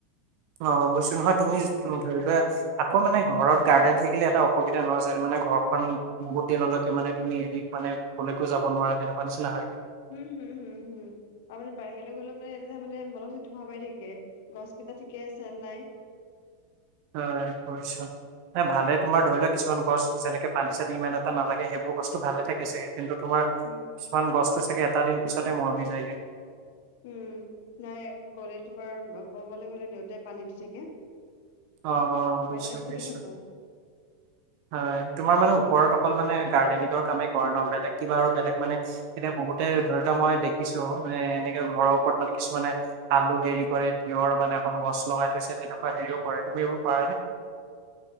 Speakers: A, on the right (about 40°); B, on the left (about 50°).
A: অ' বুইছোঁ নহয়, তুমি <unintelligible> তুমি ধৰি লোৱা আকৌ মানে ঘৰত গাৰ্ডেন থাকিলে এটা অসুবিধা নহয় যেন মানে ঘৰখন বহুত দিনলৈকে মানে তুমি হেৰি মানে ক'লৈকো যাব নোৱাৰে তেনেকুৱা নিচিনা হয়।
B: উম হুম হুম হুম আৰু মানে বাহিৰলৈ গলেও মানেতি ত মানে মনত সুতি ভ পাই থাকে গছ কেইটা ঠিকে আছে নাই
A: হয় কৰিৈছা ন ভালে তোমাৰ ধৰি লোৱাক কিছুমান গছ যেনেকে পানী চানী ইমান এটা নালাগে সেইবোৰ গছটো ভালে থাকেছে কিন্তু তোমাৰ
B: উম
A: কিছুমান গছটো চাগে এটা দিন পিছতে মৰহ হৈ যায়গৈ
B: উম নাই গ'লে তোমাৰ ক'বলৈ গ'লে দেউতাই পানী দি থাকে
A: অ', অ', বুজিছোঁ
B: মই মান ফুৰিি
A: বুজিছোঁ।
B: থাকো
A: হয় তোমাৰ মানে ওপৰত অকল মানে গাৰ্ডেনিঙৰ কামেই কৰে ন বেলেগ কিবা আৰু বেলেগ মানে এতিয়া বহুতে ধৰি লোৱা মই দেখিছো এ এনেকে ঘৰৰ ওপৰত মানে কিছুমানে আলু হেৰি কৰে তিঁৰ মানে এখন গছ লগাই থৈছে তেনেকুৱা হেৰিও কৰে তুমি এইবোৰ কৰা নে